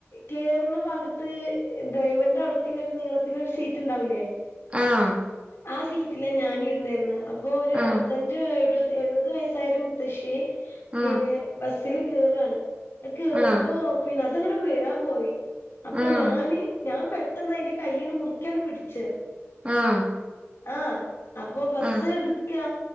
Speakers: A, on the left; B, on the right.
A: കേറ്ന്ന ഭാഗത്ത് ഡ്രൈവറിന്റെ അട്ത്ത്ള്ളേ നീളത്തില് ഒരു സീറ്റ് ണ്ടാവുലേ?
B: ആഹ്
A: ആഹ് സീറ്റില ഞാൻ ഇര്ന്നിര്ന്നേ അപ്പോ ഒര് അറുപത്തഞ്ച്
B: ആഹ്
A: എഴുപ എഴുപത് വയസ്സായൊരു മുത്തശ്ശി
B: ആഹ്
A: പിന്നെ ബസ്സ്ല് കേറാണ്. അഹ് കേറുമ്പോ
B: ആഹ്
A: പിന്നെ അതങ്ങട്ട് വീഴാൻ പോയി. അപ്പ
B: ആഹ് ആഹ്
A: ഞാന് ഞാ പെട്ടെന്ന് അയിന്റെ കൈയ്യാണ്ട് മുർക്ക്യാണ്ട് പിടിച്ച്.
B: ആഹ്
A: ആഹ് അപ്പൊ ബസ്സ്
B: ആഹ്
A: ട്ക്ക